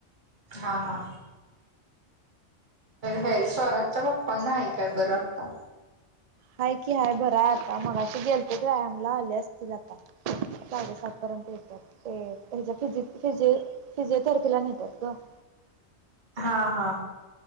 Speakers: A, on the right; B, on the right.
A: हा हा. हे स्वराजच्या पप्पांना आहे काय बरं आत्ता?
B: हाय कि हाय. बराय आता. मगाशी गेलतीत व्यायामला, आले असतील आता. साडेसात पर्यंत येत्यात ते. यांच्या फिज फिजिओ फिजीओथेरपीला नेत्यात गं. <inaudible>
A: हा हा.